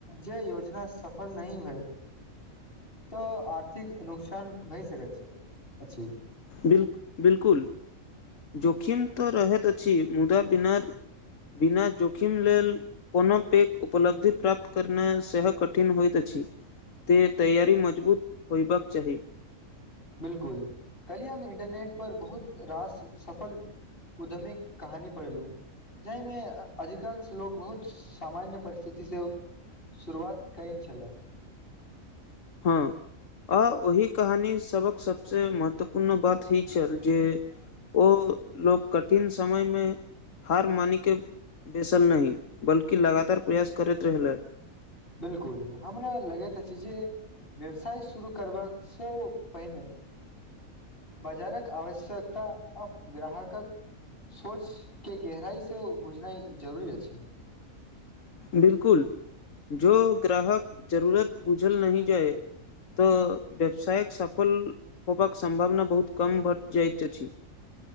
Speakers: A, on the left (about 40°); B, on the left (about 65°).
A: जे योजना सफल नहि भेल तऽ आर्थिक नुकसान भए सकै छै। अछि
B: बिल बिलकुल जोखिम तऽ रहैत अछि। मुदा पनार बिना जोखिम लेल कोनो पैघ उपलब्धि प्राप्त करनाइ सेहो कठिन होइत अछि ते तैयारी मजबूत होयबाक चाही
A: बिलकुल कली हम इंटरनेट पर बहुत रास सफल उदमीक कहानी पढ़लू जहिमे अधिकांश लोक बहुत सामान्य परिस्थिति स शुरुआत कैन छला
B: हँ आ ओहि कहानी सभक सबसे महत्वपूर्ण बात इ छल जे ओ लोक कठिन समय में हार मानिक बेैसल नहि बल्कि लगातार प्रयास करैत रहलन्हि
A: बिलकुल हमरा लगैत अछि जे व्यवसाय शुरू करबा सँ पहिने बाजारक आवश्यकता आब ग्राहकक सोच के गहराइसँ बुझनाइ जरूरी अछि
B: बिलकुल जो ग्राहक जरूरत बुझल नहि जाए तऽ व्यवसायक सफल होबाक सम्भावना बहुत कम घट जाइत अछि <inaudible>